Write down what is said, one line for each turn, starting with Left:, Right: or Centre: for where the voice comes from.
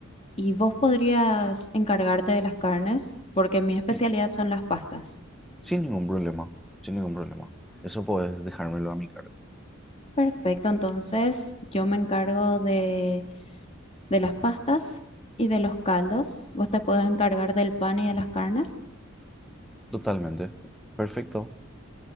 Left: ¿Y vos podrías encargarte de las carnes? Porque mi especialidad
Centre: Sí,
Left: son las pastas.
Centre: sin ningún problema, sin ningún problema. Eso puedes dejármelo a mi cargo.
Left: Perfecto, entonces yo me encargo de, de las pastas y de los caldos. Vos te puedes encargar del pan y de las carnes.
Centre: Totalmente. Perfecto.